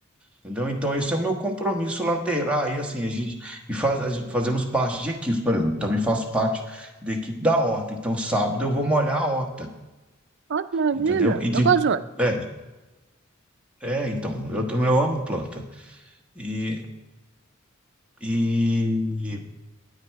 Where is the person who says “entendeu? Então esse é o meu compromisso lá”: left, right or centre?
Centre